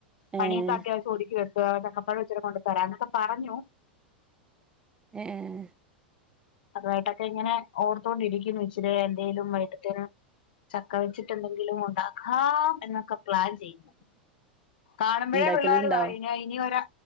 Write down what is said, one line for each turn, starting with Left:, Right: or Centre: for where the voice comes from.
Right: ഏഹ്
Left: പണിയൊക്കെ അത്യാവശ്യം ഒതിക്ക് വെക്ക് ചക്കപ്പഴം ഇച്ചരി കൊണ്ട് തരാന്നൊക്കെ പറഞ്ഞു
Right: ഏഹ് ഏഹ്
Left: അതു ആയിട്ടൊക്കെങ്ങനെ ഓർത്തൊണ്ടിരിക്കുന്നു ഇച്ചിരേ എന്തേലും വൈറ്റത്തേനു ചക്ക വെച്ചിട്ട്ണ്ടേങ്കിലും ഉണ്ടാക്കാം എന്നൊക്കെ പ്ലാൻ ചെയ്യും കാണുമ്പഴേ
Right: ഉണ്ടാക്കലുണ്ടോ
Left: പിള്ളേര് പറയും ഇനി <unintelligible> വരാ